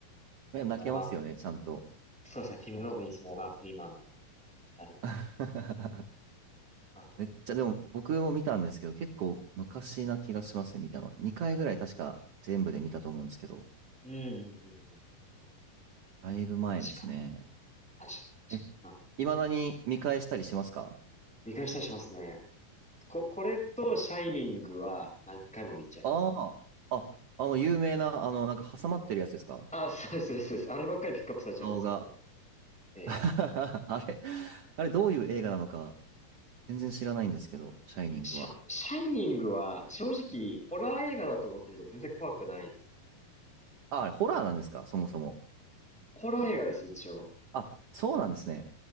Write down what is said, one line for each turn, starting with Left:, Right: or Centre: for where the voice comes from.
Centre: やっぱモーガンフリーマン。
Right: ね泣けますよね、ちゃんと。
Centre: そうですね、ティム・ロビンス、モーガン・フリーマンの二人も、
Right: <laughs>
Centre: やっぱり、
Right: めっちゃ、でも僕も見たんですけど、結構昔な気がしますね、見たの。2回ぐらい確か全部で見たと思うんですけど、
Centre: うんうんうんうん。
Right: だいぶ前ですね。
Centre: 確かに、確かに、確かに。
Right: え、
Centre: まあ、
Right: 未だに見返したりしますか
Centre: 見返したりしますね。こ、これと、シャイニングは何回も見ちゃいます。
Right: ああ、あ、あの、有名な、あの、なんか挟まってるやつですか
Centre: あ、そうです、そうです。そうですあればっかりピックアップされちゃうんですけど。
Right: 顔が。<laughs>
Centre: ええ
Right: あれ、あれ、どういう映画なのか、全然知らないんですけど、シャイニングは。
Centre: シャ、シャイニングは正直ホラー映画だと思ってみると全然怖くないです。
Right: あ、あれ、ホラーなんですかそもそも。
Centre: ホラー映画です、一応。
Right: あ、そうなんですね。